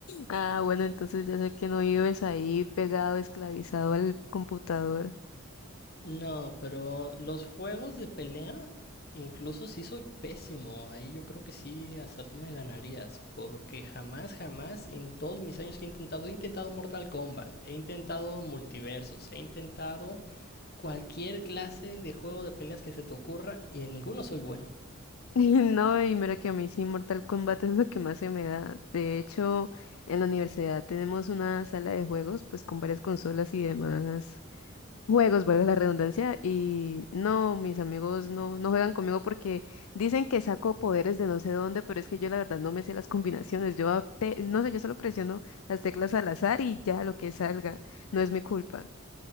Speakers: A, on the left; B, on the left.
A: Ah, bueno, entonces ya sé que no vives ahí pegado, esclavizado al computador. <laughs>
B: No, pero los juegos de pelea, incluso si soy pésimo, ahí yo creo que sí, hasta tú me ganarías, porque jamás, jamás en todos mis años que he intentado, he intentado Mortal Kombat, he intentado multiversos, he intentado cualquier clase de juego de peleas que se te ocurra y en ninguno soy bueno.
A: No, y mira que a mí sí, Mortal Kombat es lo que más se me da. De hecho, en la universidad tenemos una sala de juegos, pues con varias consolas y demás juegos, valga la redundancia, y no, mis amigos no, no juegan conmigo porque dicen que saco poderes de no sé dónde, pero es que yo la verdad no me sé las combinaciones, yo a- no sé, yo solo presiono las teclas al azar y ya lo que salga, no es mi culpa.